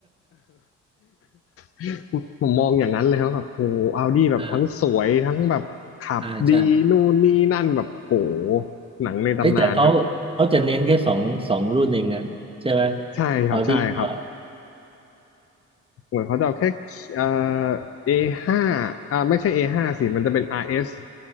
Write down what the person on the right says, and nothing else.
อ่าอ่าใช่
เฮ้ยแต่เขาเขาจะเน้นแค่สองสองรุ่นเองนะใช่ไหม
เอาดีก็